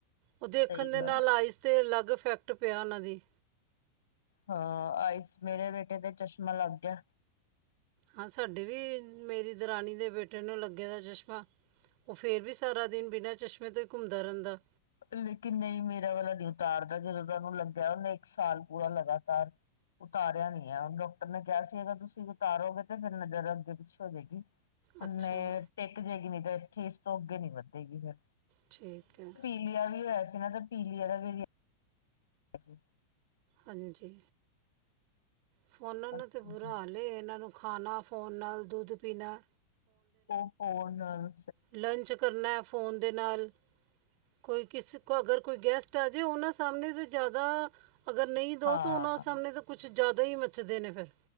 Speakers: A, on the right; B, on the left.
A: ਓ ਦੇਖਨ
B: ਸਹੀ
A: ਦੇ
B: ਗੱਲ
A: ਨਾਲ ਆਈਸ ਤੇ ਅਲੱਗ ਇਫੈਕਟ ਪਿਆ ਉਨਾਂ ਦੀ
B: ਹਾਂ, ਆਈਸ ਮੇਰੇ ਬੇਟੇ ਤੇ ਚਸ਼ਮਾ ਲਾੱਗ ਗੇਆ
A: ਹਾਂ ਸਾਡੇ ਵੀ, ਮੇਰੀ ਦਰਾਨੀ ਦੇ ਬੇਟੇ ਨੂੰ ਲੱਗੇਆ ਦਾ ਚਸ਼ਮਾ ਓ ਫੇਰ ਵੀ ਸਾਰਾ ਦਿਨ ਬਿਨਾਂ ਚਸ਼ਮੇ ਤੋਂ ਈ ਘੁੰਮਦਾ ਰੇਂਦਾ
B: ਲੇਕਿਨ ਨਈ ਮੇਰਾ ਵਾਲਾ ਨੀ ਉਤਾਰਦਾ ਜਦੋਂ ਦਾ ਓਨੁ ਲੱਗਾ ਓਨੇ ਏਕ ਸਾਲ ਪੂਰਾ ਲਗਾਤਾਰ ਉਤਾਰੇਆ ਨੀ ਆ ਡੋਕਟਰ ਨੇ ਕੇਯਾ ਸੀ ਅਗਰ ਤੁਸੀਂ ਉਤਾਰੋਗੇ ਤੇ ਫੇਰ ਨਜ਼ਰ ਅੱਗੇ-ਪਿੱਛੇ ਹੋ ਜੇਗੀ। ਹੁੰਨ
A: ਅੱਛਾ
B: ਏ ਟੇੱਕ ਜੇਗੀ ਨੀ ਤੇ ਏਥੇ ਏਸ ਤੋਂ ਅੱਗੇ ਨੀ ਵੱਧੇਗੀ ਫੇਰ
A: ਠੀਕ ਏ।
B: ਪੀਲਿਆ ਵੀ ਹੋਏਆ ਸੀ ਨਾ ਤੇ ਪੀਲੀਯਾ ਦਾ ਵੀ ਜੀ।
A: ਹਾਂਜੀ। ਫੋਨਾਂ ਨੇ
B: ਅੱਛਾ
A: ਤੇ ਬੁਰਾ
B: ਜੀ।
A: ਹਾਲ ਏ ਏਨਾਂ ਨੂੰ ਖਾਨਾ ਫ਼ੋਨ ਨਾਲ ਦੁੱਧ ਪੀਨੈ
B: ਓ ਫੋਨ ਨਾਲੋ
A: ਲੰਚ ਕਰਨੈ ਫੋਨ ਦੇ ਨਾਲ, ਕੋਈ ਕਿਸੇ ਕੋ ਅਗਰ ਕੋਈ ਗੈਸਟ ਆ ਜੇ ਓਨਾਂ ਸਾਮਨੇ ਤੇ ਜਾਦਾ ਅਗਰ ਨਈ ਦਓ
B: ਹਾਂ।
A: ਤੋ ਓਨਾਂ ਸਾਮਨੇ ਤੇ ਕੁਛ ਜਾਦਾ ਈ ਮੱਚਦੇ ਨੇ ਫੇਰ।